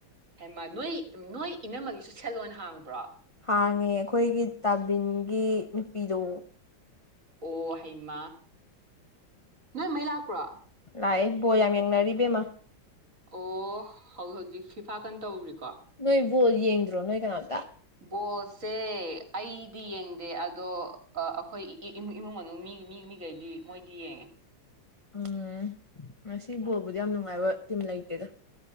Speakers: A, on the right; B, on the left.
A: ꯍꯦꯃ ꯅꯣꯏ ꯅꯣꯏ ꯏꯅꯝꯃꯒꯤꯁꯨ ꯁꯦꯜꯂꯣꯟ ꯍꯥꯡꯕ꯭ꯔꯣ
B: ꯍꯥꯡꯉꯦ ꯑꯩꯈꯣꯏꯒꯤ ꯇꯥꯕꯤꯟꯒꯤ ꯅꯨꯄꯤꯗꯣ
A: ꯑꯣ ꯍꯩꯃꯥ ꯅꯣꯏ ꯃꯩ ꯂꯥꯛꯄ꯭ꯔꯣ
B: ꯀꯥꯏ ꯕꯣ ꯌꯥꯝ ꯌꯦꯡꯅꯔꯤꯕꯕꯦꯝꯃ
A: ꯑꯣ ꯍꯧꯖꯤꯛ ꯍꯧꯖꯤꯛ ꯐꯤꯐꯥ ꯀꯟ ꯇꯧꯔꯔꯤꯕ
B: ꯅ ꯣꯜ ꯌꯦꯡ ꯣ ꯅꯣꯏ ꯀꯅꯥꯣ
A: ꯕꯣꯠꯁꯦ ꯑꯩꯗꯤ ꯌꯦꯡꯗꯦ ꯑꯗꯣ ꯑꯩꯈꯣꯏ ꯏꯃꯨꯡ ꯃꯅꯨꯡ ꯃꯤ ꯃꯤ ꯃꯤꯈꯩꯗꯤ ꯃꯣꯏꯗꯤ ꯌꯦꯡꯉꯦ
B: ꯎꯝ ꯉꯁꯤ ꯕꯣꯜꯕꯨꯗꯤ ꯌꯥꯝ ꯅꯨꯡꯉꯥꯏꯕ ꯇꯤꯝ ꯂꯩꯇꯦꯗ